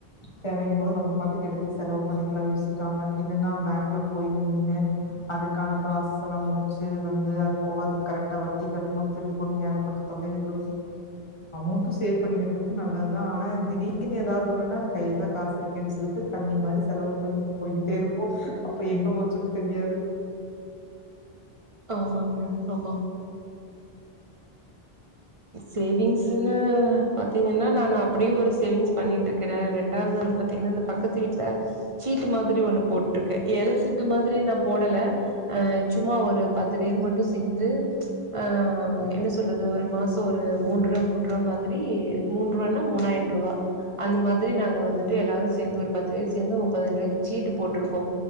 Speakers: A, on the left; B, on the right.
A: தேவைங்க போது நம்ம பாட்டுக்கு எடுத்து செலவு பண்ணிக்கலா யோசிக்காம இதுனா பேங்க்ல போய் நின்னு அதுக்கான ப்ராசஸ் எல்லா முடிச்சு வந்து அது போக அது கரெட்டா வட்டி கட்டணு திருப்பணு ஏகப்பட்ட தொல்லைகள் இருக்கும் அமௌண்ட்டு ஸ் சேவ் பண்ணி வைக்கறது நல்லதுதா ஆனா திடீர்னு ஏதாவது ஒன்னுனா கைலதா காசு இருக்கேனு சொல்ட்டு தண்ணி மாரி செலவு பண்ணிட்டு போயிகிட்டே இருப்போ அப்ப எங்க போச்சின் தெரியாது
B: ஆம்மாங்க ஆமா சேவிங்ஸ்ன்னு பாத்திங்கன்னா நானு அப்டியே ஒரு சேவிங்ஸ் பண்ணிட்டு இருக்கே ரெண்டாவது வந்து பாத்திங்கன்னா இந்த பக்கத்து வீட்ல சீட்டு மாதிரி ஒண்ணு போட்டுருக்கே ஏல சீட்டு மாதிரி நா போடல ஆ சும்மா ஒரு பத்து பேரு மட்டு சேந்து ஆ என்ன சொல்றது ஒரு மாஸ் ஒரு மூன்று மூன்று ரூவா மாதிரி மூன்று ரூவானா மூணாயிர ரூவா அந்த மாரி நாங்க வந்துட்டு எல்லோரு சேந்து ஒரு பத்து பேர் சேந்து ஒரு முப்பதாயிர ரூவாய்க்கு சீட்டு போட்ருக்கோ